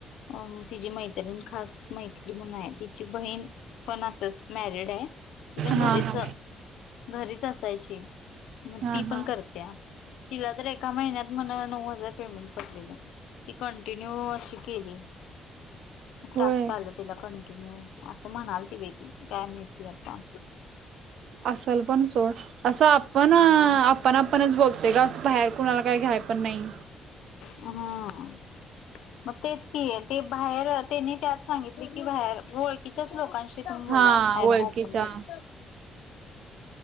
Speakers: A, on the left; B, on the right.
A: अं तिचीी मैत्रीण खास मैति्री म्हण आहे तिची बहीण पण असच मॅरिड आहे ती पण
B: हा
A: घरीच
B: हा
A: घरीच असायची. मग
B: हा
A: ती
B: हा
A: पण करते्या तिला तर एका महिन्यात म्हण नऊ हजार पेमेंट पडलेलं ती कंटिन्यू अशी केली.
B: होय
A: टस्क आलं तिला कंटिन्यू असं म्हणाल ती बेती काय मिळती आता
B: असल पण चोड असं आपण
A: हम्म
B: पण आपणच बोलतय का असं बाहेर कुणाला काही घ्याय पण नाही.
A: हम् मग तेच क ते बाहेर त्यांनी त्यात सांगितले की बाहेर ओळखकीच्याच लोकांशी ून बोला
B: हा
A: ॲप
B: ओळखीच्या
A: ओपन करू.